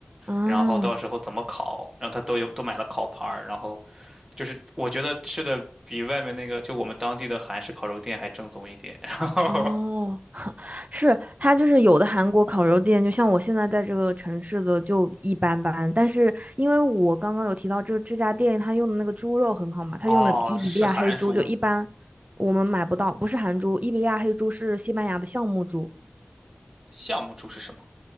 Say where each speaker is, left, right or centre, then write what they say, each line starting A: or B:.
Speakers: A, on the right; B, on the right.
A: 啊哦
B: 然后到时候怎么烤，然后他都有都买了烤盘儿，然后就是我觉得吃的比外面那个就我们当地的韩式烤肉店还正宗一点。<laughs> 然后
A: 哦是它就是有的韩国烤肉店，就像我现在在这个城市的就一般般，但是因为我刚刚有提到这这家店，它用的那个猪肉很好嘛，它用的伊比利亚黑猪就一般我们买不到，
B: 哦，是韩厨，
A: 不是韩猪，伊比利亚黑猪是西班牙的橡木猪，
B: 项目厨是什么？